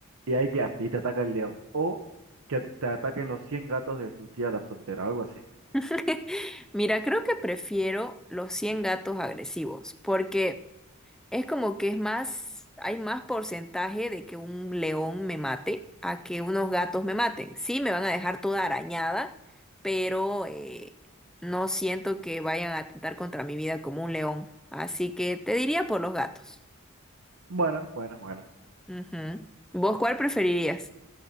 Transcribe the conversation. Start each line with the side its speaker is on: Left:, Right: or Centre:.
Right: y ahí quedaste, y te ataca el león. O que te ataquen los 100 gatos de tu tía la soltera, algo así.
Centre: <laughs> Mira, creo que prefiero los 100 gatos agresivos, porque es como que es más, hay más porcentaje de que un león me mate a que unos gatos me maten. Sí, me van a dejar toda arañada, pero eh, no siento que vayan a atentar contra mi vida como un león. Así que te diría por los gatos.
Right: Bueno, bueno, bueno.
Centre: Ujú. ¿Vos cuál preferirías?